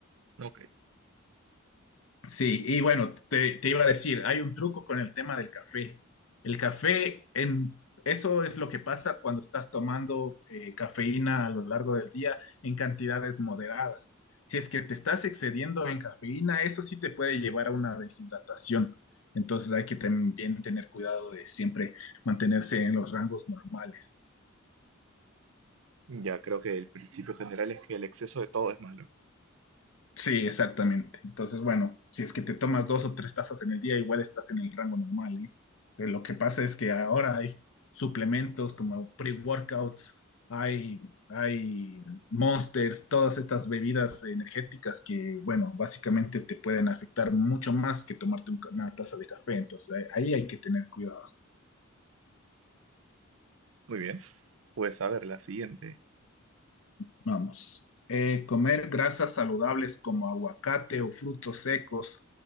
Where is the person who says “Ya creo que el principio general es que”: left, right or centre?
Right